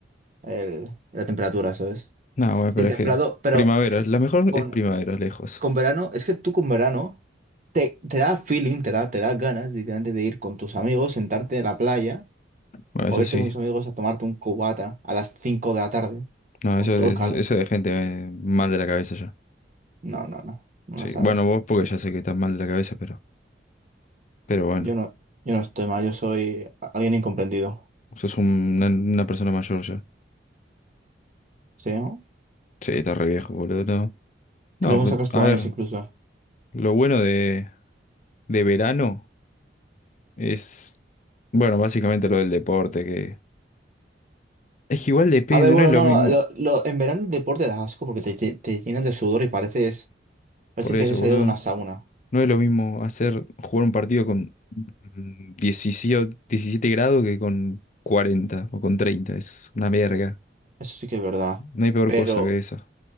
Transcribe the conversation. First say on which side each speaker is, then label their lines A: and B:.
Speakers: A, on the right; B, on the left.
A: el- la temperatura, ¿sabes?
B: No, bueno, pero
A: Sí, templado,
B: es que
A: pero
B: primavera, la mejor
A: con,
B: es primavera, lejos.
A: con verano, es que tú con verano te, te da feeling, te da, te da ganas literalmente de ir con tus amigos, sentarte en la playa
B: Bueno,
A: o
B: eso
A: irte
B: sí.
A: con tus amigos a tomarte un cubata a las 5 de la tarde
B: No,
A: con
B: eso,
A: todo
B: es-
A: el calor.
B: eso es de gente eh, mal de la cabeza ya.
A: No, no, no, no
B: Sí,
A: lo sabes.
B: bueno, vos porque ya sé que estás mal de la cabeza, pero... Pero bueno,
A: Yo no, yo no estoy mal, yo soy alguien incomprendido,
B: sos un- una, una persona mayor ya.
A: ¿sí? no?
B: Sí, está re viejo, boludo. No, no,
A: Creo que
B: pues,
A: me sacas
B: a
A: tu
B: ver,
A: años incluso.
B: lo bueno de, de verano es, bueno, básicamente lo del deporte, que es que igual depende,
A: A ver, bueno,
B: no es lo
A: no,
B: mismo.
A: no, lo- lo- en verano el deporte da asco porque te, te, te llenas de sudor y pareces, pareces
B: Por
A: que
B: eso,
A: has salido
B: boludo,
A: de una sauna.
B: no es lo mismo hacer, jugar un partido con mm, 17, 17 grados que con 40 o con treinta Es una verga.
A: Eso sí que es verdad.
B: No hay peor
A: Pero
B: cosa que esa.